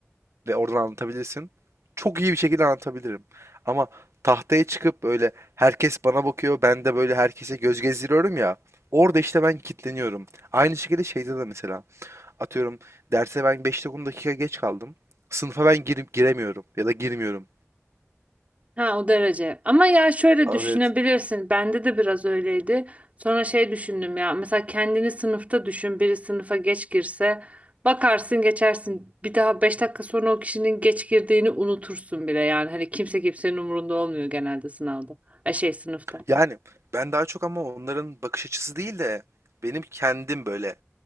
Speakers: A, on the right; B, on the right.
A: ve oradan anlatabilirsin. Çok iyi bir şekilde anlatabilirim. Ama tahtaya çıkıp böyle herkes bana bakıyor, ben de böyle herkese göz gezdiriyorum ya. Orada işte ben kilitleniyorum. Aynı şekilde şeyde de mesela. Atıyorum derse ben 5-10 dakika geç kaldım. Sınıfa ben girip giremiyorum ya da girmiyorum.
B: Ha o derece. Ama ya şöyle
A: Evet.
B: düşünebilirsin. Bende de biraz öyleydi. Sonra şey düşündüm ya. Mesela kendini sınıfta düşün. Biri sınıfa geç girse bakarsın geçersin. Bir daha 5 dakika sonra o kişinin geç girdiğini unutursun bile. Yani hani kimse kimsenin umurunda olmuyor genelde sınavda. E şey sınıfta.
A: Yani ben daha çok ama onların bakış açısı değil de benim kendim böyle.